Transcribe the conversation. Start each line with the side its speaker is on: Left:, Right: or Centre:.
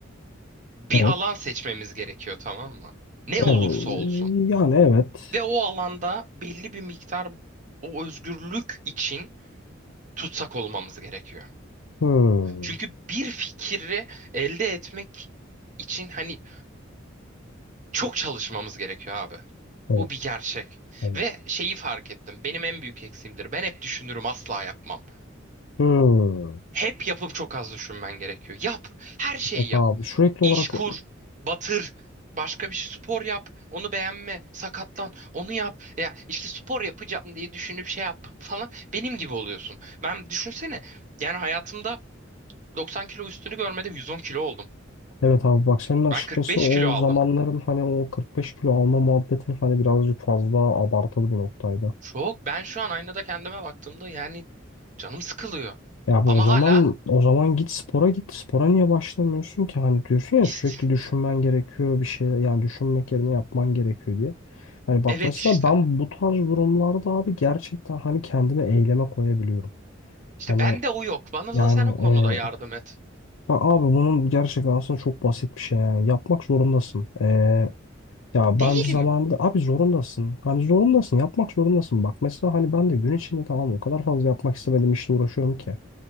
Right: bir
Left: evet,
Right: alan seçmemiz gerekiyor tamam mı? Ne
Left: evet
Right: olursa olsun.
Left: yani evet.
Right: de o alanda belli bir miktar o özgürlük için tutsak olmamız gerekiyor.
Left: Hmm,
Right: Çünkü bir fikri elde etmek için hani çok çalışmamız gerekiyor abi.
Left: evet,
Right: Bu bir gerçek.
Left: evet.
Right: Ve şeyi fark ettim. Benim en büyük eksiğimdir. Ben hep düşünürüm, asla yapmam.
Left: Hmm.
Right: Hep yapıp çok az düşünmen gerekiyor. Yap. Her şeyi
Left: Evet
Right: yap.
Left: abi sürekli
Right: İş
Left: olarak
Right: kur. Batır. Başka bir şey spor yap. Onu beğenme. Sakatlan. Onu yap. Ya işte spor yapacağım diye düşünüp şey yap falan. Benim gibi oluyorsun. Ben düşünsene. Yani hayatımda 90 kilo üstünü görmedim. 110 kilo oldum.
Left: evet abi bak senin açıkçası
Right: Ben 45
Left: o
Right: kilo aldım.
Left: zamanların hani o 45 kilo alma muhabbeti hani birazcık fazla abartılı bir noktaydı.
Right: Çok. Ben şu an aynada kendime baktığımda yani canım sıkılıyor.
Left: Ya bu
Right: Ama
Left: o zaman
Right: hala
Left: o zaman git spora git. Spora niye başlamıyorsun ki? Hani diyorsun ya
Right: işte.
Left: sürekli düşünmen gerekiyor bir şey yani düşünmek yerine yapman gerekiyor diye. Hani bak
Right: Evet
Left: mesela
Right: işte.
Left: ben bu tarz durumlarda abi gerçekten hani kendimi eyleme koyabiliyorum.
Right: İşte
Left: Hani
Right: bende o yok. Bana
Left: yani
Right: da sen o konuda
Left: e,
Right: yardım et.
Left: bak abi bunun gerçekten aslında çok basit bir şey yani. Yapmak zorundasın. E, ya ben
Right: Değilim
Left: zamanında abi zorundasın. Hani zorundasın yapmak zorundasın. Bak mesela hani ben de gün içinde tamam o kadar fazla yapmak istemediğim işle uğraşıyorum ki.